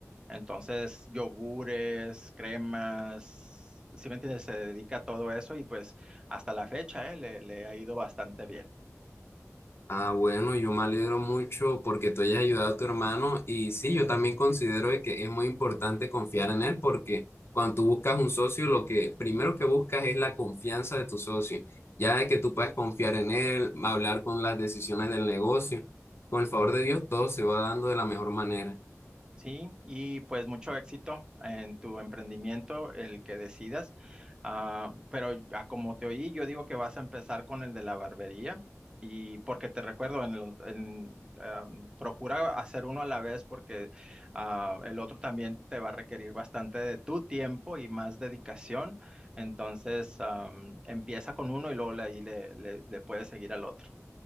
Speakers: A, on the right; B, on the left.
A: Entonces, yogures, cremas, si me entiendes? Se dedica a todo eso y pues hasta la fecha, eh, le le ha ido bastante bien.
B: Ah, bueno, yo me alegro mucho porque tú hayas ayudado a tu hermano y sí, yo también considero de que es muy importante confiar en él porque cuando tú buscas un socio, lo que primero que buscas es la confianza de tu socio, ya de que tú puedes confiar en él, hablar con las decisiones del negocio, con el favor de Dios, todo se va dando de la mejor manera.
A: Sí, y pues mucho éxito en tu emprendimiento, el que decidas. Ah, pero a como te oí, yo digo que vas a empezar con el de la barbería y porque te recuerdo, en lo- en, am, procura hacer uno a la vez porque ah, el otro también te va a requerir bastante de tu tiempo y más dedicación. Entonces, am, empieza con uno y luego le- ahí le, le le puedes seguir al otro.